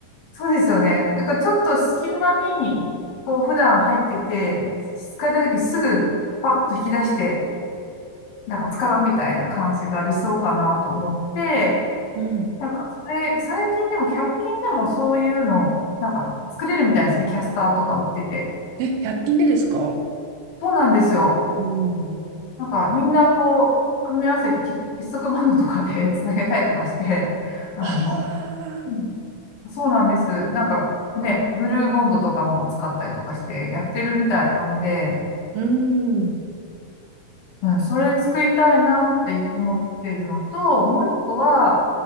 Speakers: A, on the left; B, on the right.
A: そうですよね。だからちょっと隙間に、こう普段入ってて、使いたいときすぐパッと引き出して、なんか使うみたいな感じが理想かなと思って、
B: うん。
A: なんかそれ、最近でも100均でもそういうの、なんか作れるみたいですね。キャスターとか売ってて。
B: え、100均でですか
A: そうなんですよ。
B: うん。
A: なんかみんなこう、組み合わせて結束バンドとかで <laughs> つなげたりとかして、あの、
B: わあ、
A: うんそうなんです。なんかね、グルーボンドとかも使ったりとかしてやってるみたいなんで、
B: うん。
A: うん、それ作りたいなって思ってるのと、もう一個は、